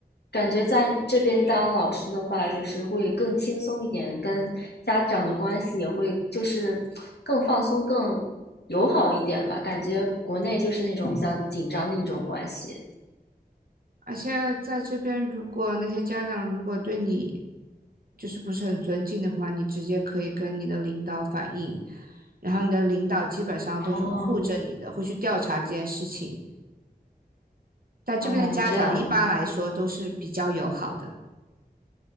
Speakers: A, on the left; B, on the right.
A: 感觉在这边当老师的话，就是会更轻松一点，跟家长的关系也会就是更放松、更友好一点吧。感觉国内就是那种比较紧张的一种关系。
B: 而且在这边，如果那些家长如果对你就是不是很尊敬的话，你直接可以跟你的领导反映，然后你的领导基本上都是会护着你的，
A: 哦，
B: 会去调查这件事情。但这边的家长一般来说都是比较友好的，
A: 哦，这样。